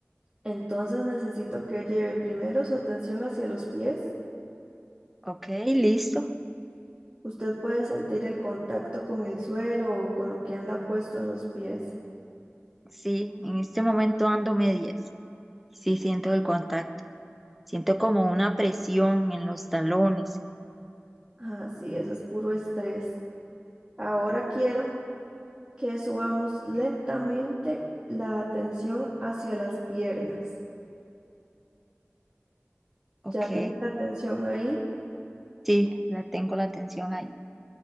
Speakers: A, on the right; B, in the centre.
A: Entonces necesito que lleve primero su atención hacia los pies.
B: ok, listo.
A: Usted puede sentir el contacto con el suelo o con lo que anda puesto en los pies.
B: Sí, en este momento ando medias. Sí, siento el contacto. Siento como una presión en los talones.
A: Ah, sí, eso es puro estrés. Ahora quiero que subamos lentamente la tensión hacia las piernas.
B: Ok,
A: Ya tienen la tensión ahí,
B: sí, la tengo la tensión ahí.